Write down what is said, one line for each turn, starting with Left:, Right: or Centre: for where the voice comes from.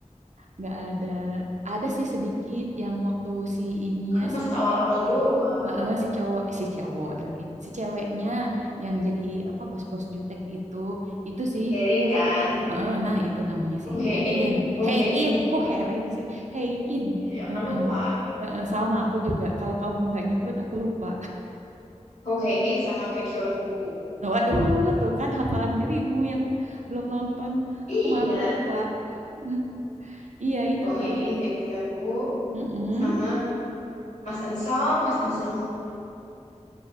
Right: nggak ada. Ada sih sedikit yang waktu si ininya
Left: Kan pas
Right: si
Left: awal-awal doang.
Right: heeh, si cowok, si cowok ada lagi, si ceweknya yang jadi apa bos-bos jutek itu, itu sih
Left: Herin kan?
Right: Heeh, nah itu namanya
Left: Hong
Right: si
Left: Hae
Right: Herin.
Left: In, Hong
Right: Hey
Left: Hae In
Right: In,
Left: nih.
Right: kok Herin sih? Hey In.
Left: Ya, ya,
Right: Heeh.
Left: kan lupa.
Right: Heeh, sama aku juga. Kalau kamu nggak nyebut aku lupa.
Left: Hong Hae In sama Baekhyun Woo.
Right: <laughs> Waduh, tuh kan hafalan dirimu yang belum nonton,
Left: Iya.
Right: aku malah lupa. <laughs> Iya itu
Left: Hong
Right: tuh.
Left: Hae In, Baekhyun Woo
Right: Mm-mm.
Left: sama Mas Ensong, Mas Ensong